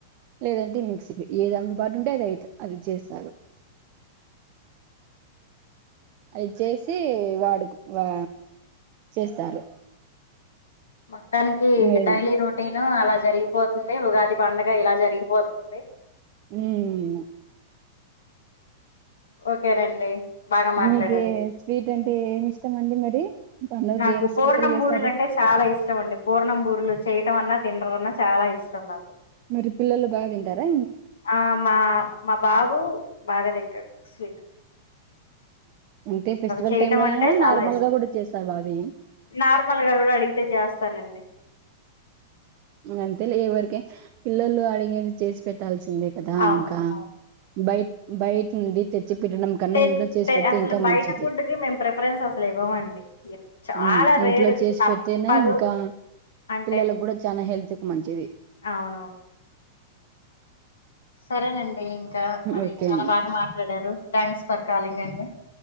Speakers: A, on the right (about 40°); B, on the left (about 70°).
A: లేదంటే మిక్సీకి ఏది అందుబాటు ఉంటే అది అయిత అది చేస్తారు అది చేసి వాడు ఆ చేస్తారు
B: మొత్తానికి ఇగ
A: లేదన్
B: డైలీ రోటీన్ అలా జరిగిపోతుంది ఉగాది పండగ ఇలా జరిగిపోతుంది
A: ఉం
B: ఓకేనండి బాగా మాట్లాడారు
A: మీకే స్వీట్ అంటే ఏమి ఇష్టం అండి మరి పండుగకి
B: నాకు
A: ఏం
B: పూర్ణం
A: స్పెషల్ చేస్తారు
B: బూరలు అంటే చాలా ఇష్టం అండి పూర్ణం బూరలు చేయటం అన్నా తిన్నటం చాలా ఇష్టం నాకు
A: మరి పిల్లలు బాగా తింటారా
B: ఆ మా మా బాబు బాగా తింటాడు స్వీట్
A: అంటే ఫెస్టివల్
B: చేయటం
A: టైమ్ లోనైనా
B: అంటే చాలా
A: నార్మల్
B: ఇష్టం
A: గా కూడా చేస్తారు అవి
B: నార్మల్ గా కూడా అడిగితే చేస్తానండి
A: ఆహ అంతే లే ఎవరికే పిల్లలు అడిగేది చేసి పెట్టాల్సి కదా
B: అవును
A: ఇంకా
B: అవును
A: బయ బయట నుండి తె చ్చి పెట్టడం కన్నా
B: తే
A: ఇంట్లో చేసి
B: తే
A: పెడితే
B: అసలు
A: ఇంకా
B: బయట
A: మంచిది
B: ఫుడ్ కి మేము ప్రిఫరెన్స్ అసలు ఇవ్వమండి ఎప్ చాలా
A: ఉం ఇంట్లో
B: రేరు
A: చేసి
B: తప్పదు
A: పెడితేనే ఇంకా
B: అంటే
A: పిల్లలకు కూడా చానా హెల్త్కి మంచిది
B: అవునవును సరేనండి ఇంకా మరి
A: ఓకే
B: చాలా
A: అండి
B: బాగా మాట్లాడారు థ్యాంక్స్ ఫర్ కాలింగ్ అండి